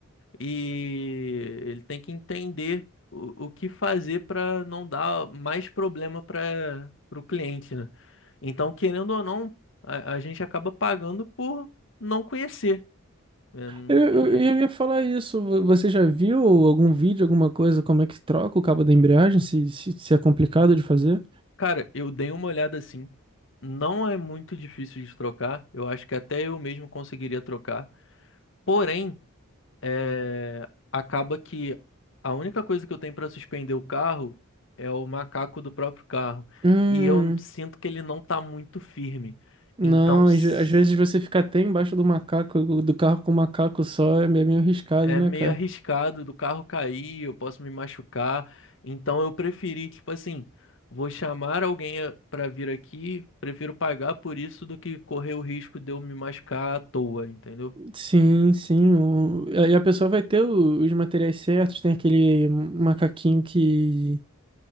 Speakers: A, on the left; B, on the right.
A: e ele tem que entender o, o que fazer para não dar mais problema para o cliente, né? Então, querendo ou não, a, a gente acaba pagando por não conhecer, né? Não
B: Eu, eu,
A: tem jeito.
B: eu ia falar isso. Vo- Você já viu algum vídeo, alguma coisa, como é que troca o cabo da embreagem? Se, se, se é complicado de fazer?
A: Cara, eu dei uma olhada assim. Não é muito difícil de trocar. Eu acho que até eu mesmo conseguiria trocar. Porém, é, acaba que a única coisa que eu tenho para suspender o carro é o macaco do próprio carro.
B: Hum,
A: E eu sinto que ele não tá muito firme.
B: não.
A: Então s-
B: Às ve- às vezes você fica até embaixo do macaco, do carro com o macaco só, é meio meio arriscado,
A: é
B: né,
A: meio
B: cara?
A: arriscado do carro cair, eu posso me machucar. Então eu preferi, tipo assim, vou chamar alguém para vir aqui, prefiro pagar por isso do que correr o risco de eu me machucar à toa, entendeu?
B: Sim, sim. o- E a pessoa vai ter o- os materiais certos. Tem aquele macaquinho que